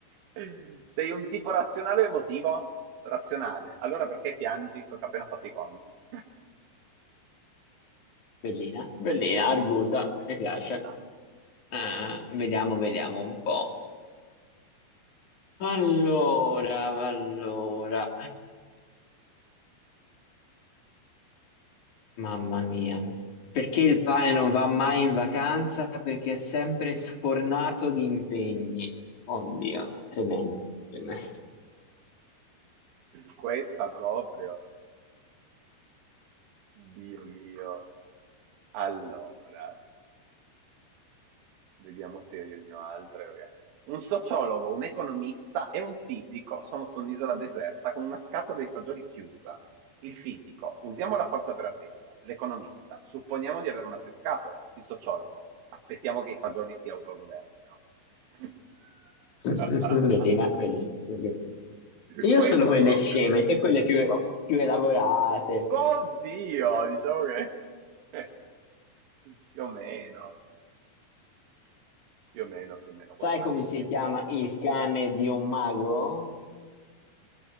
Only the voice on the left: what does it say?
Bellina, bellina, argusa,
mi piace. Ah, vediamo, vediamo un po'. Allora, allora, mamma mia. Perché il pane non va mai in vacanza? Perché è sempre sfornato di impegni. Oddio, no, tremendo. tremendo.
<laughs> Bellina, bellina, bellina. Io
solo quelle
sceme, te quelle più, più elaborate.
Sai come
si chiama il cane di un mago?